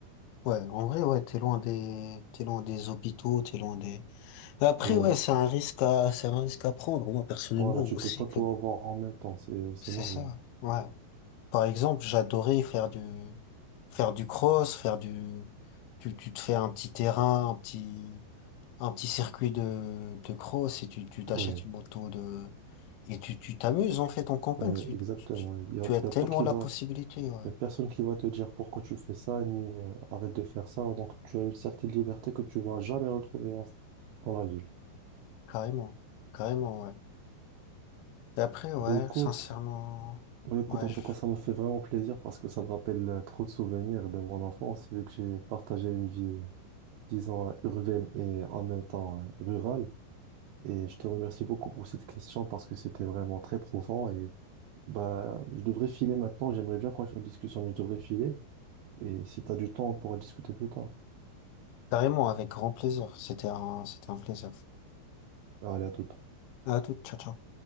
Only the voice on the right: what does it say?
Voilà.
Voilà, tu
peux pas tout
avoir en même temps, c'est, c'est
normal.
Oui,
ouais,
ouais, exactement.
Il y a,
il
y a pas qui
va.
Il n'y a personne qui va te dire pourquoi tu fais ça, ni euh, arrête de faire ça. Donc, tu as une certaine liberté que tu vas jamais retrouver en- dans la ville.
Ben écoute,
ben écoute,
en
tout cas, ça m'a fait vraiment plaisir parce que ça me rappelle euh, trop de souvenirs de mon enfance, vu que j'ai partagé une vie, euh, disons, euh, urbaine et en même temps euh, rurale. Et je te remercie beaucoup pour cette question parce que c'était vraiment très profond. Et bah, je devrais filer maintenant. J'aimerais bien continuer la discussion, mais je devrais filer. Et si tu as du temps, on pourra discuter plus tard.
Allez, à toute.